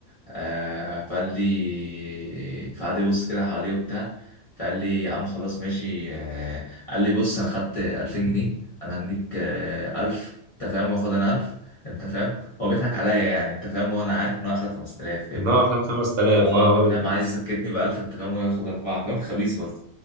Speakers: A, on the left (about 30°); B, on the right (about 70°).
A: آه فقال لي فقعد يبص كده حواليه وبتاع فقال لي يا عم خلاص ماشي آه قال لي بص انا خدت 2000 جنيه انا هديك آه 1000 انت فاهم واخد انا 1000 انت فاهم هو بيضحك عليا يعني انت فاهم هو انا عارف ان هو اخد 5000 فاهمني
B: ان هو خد 5000
A: اه
B: اه
A: انت
B: هو بيت-
A: فاهم عايز يسكتني ب 1000 انت فاهم وياخد اربعه فاهم خبيث برضه